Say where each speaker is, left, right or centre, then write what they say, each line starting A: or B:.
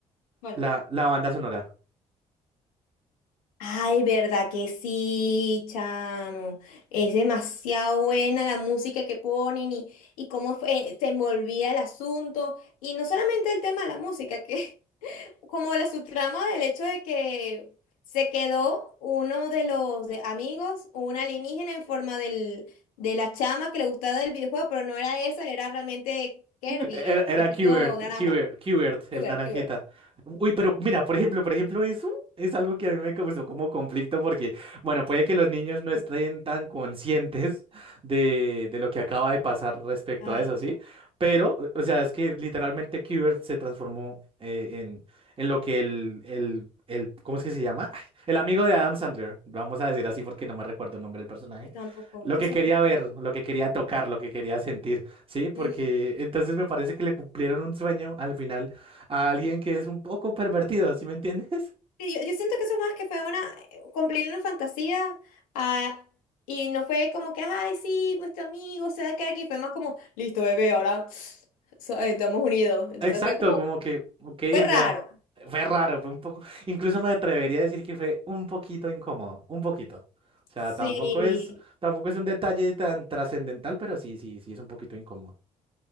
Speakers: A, on the left; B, on the right.
A: Bueno.
B: La, la banda sonora.
A: Ay, verdad que sí, chamo. Es demasiado buena la música que ponen y, y cómo fue- se envolvía el asunto. Y no solamente el tema de la música, <laughs> que como la subtrama del hecho de que se quedó uno de los de- amigos, un alienígena en forma del, de la chama que le gustaba del videojuego, pero no era esa, era realmente Kirby,
B: Era,
A: el
B: era
A: chiquito
B: Qbert,
A: naranja.
B: Qbert, Qbert,
A: Cuber,
B: el naranjita.
A: Cuber.
B: Uy, pero mira, por ejemplo, por ejemplo, eso es algo que a mí me causó como conflicto porque, bueno, puede que los niños no estén tan conscientes de, de lo que acaba de pasar respecto
A: Ay,
B: a eso, ¿sí? Pero, o sea, es que literalmente Qbert se transformó eh, en, en lo que el, el, el, ¿cómo es que se llama? Ay, El amigo de Adam Sandler, vamos a decir así porque no me recuerdo el nombre del personaje.
A: yo tampoco,
B: Lo
A: es que
B: que
A: son
B: quería
A: muchos.
B: ver, lo que quería tocar, lo que quería sentir. Sí, porque
A: Mm.
B: entonces me parece que le cumplieron un sueño al final a alguien que es un poco pervertido, ¿sí me entiendes?
A: Sí, Yo, yo siento que eso más que fue una, eh, cumplir una fantasía, ah, y no fue como que, ay, sí, nuestro amigo se va a quedar aquí", fue más como, listo, bebé, ahora <sniffs> so- eh, estamos unidos.
B: <laughs>
A: Entonces
B: Exacto,
A: fue como,
B: como que, ok,
A: fue raro.
B: o sea, fue raro, fue un poco, incluso me atrevería a decir que fue un poquito incómodo, un poquito. O sea,
A: Sí,
B: tampoco es, tampoco es un detalle tan trascendental, pero sí, sí, sí es un poquito incómodo.